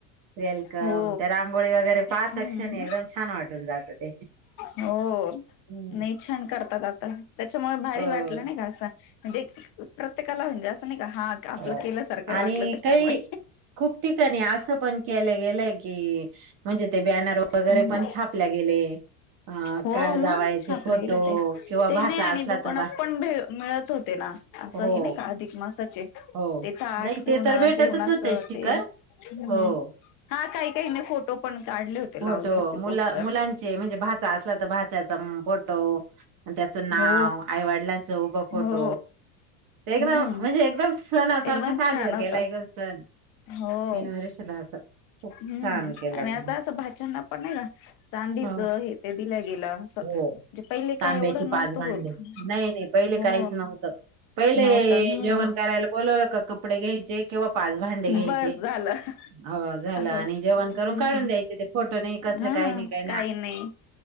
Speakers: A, on the right (about 45°); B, on the left (about 45°).
A: वेलकम
B: हो
A: त्या रांगोळी वगैरे पाच
B: हम्म
A: लक्ष एकदम छान वाटून जात ते.
B: हो
A: हम्म
B: नाही छान करतात आता. त्याच्यामुळे भारी
A: हो
B: वाटलं नाही का असं म्हणजे प्रत्येकाला म्हणजे असं नाही का हा आपलं
A: हो
B: केल्यासारखं
A: आणि
B: वाटलं त्याच्यामुळे
A: काही खूप ठिकाणी असं पण केलं गेलंय की म्हणजे ते बॅनर वगैरे
B: हम्म
A: पण छापल्या गेले अ
B: हो
A: कार
B: मग
A: जावायचे
B: छापलं
A: फोटो
B: गेलं ते
A: किंवा
B: ते
A: भाचा
B: नाही आणि
A: असला
B: दुकानात
A: तर बा
B: पण भे मिळत होते ना. असं
A: हो
B: हे नाही का अधिक मासाचे.
A: हो
B: ते थाठ
A: नाही
B: पूर्ण
A: ते तर भेटतच
B: जेवणाचं
A: होते स्टिकर
B: ते हम्म
A: हो
B: हा काही काही न फोटो पण काढले होते
A: फोटो
B: लावले होते
A: मुला
B: पोस्टर.
A: मुलांचे म्हणजे भाचा असला तर भाच्याचा फोटो त्याचं नाव
B: हो
A: आईवडिलांच उभं फोटो
B: हो
A: ते एकदम
B: हम्म
A: म्हणजे एकदम सणासारखं
B: एकदम
A: साजरां
B: छान होत
A: केलाय ग सण.
B: हो
A: तीन वर्षाला असं खूप
B: हम्म
A: छान केलेलं
B: आणि आता असं भाचना पण नाही का. चांदीच
A: हो.
B: हे ते दिल्या गेलं असं
A: हो
B: म्हणजे पहिले काय
A: तांब्याची
B: एवढं नव्हतं
A: पाच भांडे
B: होत.
A: नाही नाही पहिले
B: हो
A: काहीच नव्हतं पहिले
B: नव्हत हम्म
A: जेवण करायला बोलवलं का कपडे घ्यायचे किंवा पाच भांडे घ्यायचे
B: बस झालं
A: झा
B: असंच
A: आणि जेवण करून
B: हम्म
A: काढून द्यायचे ते फोटो नाही कसलं
B: हा
A: काही नाही काय.
B: काही नाही.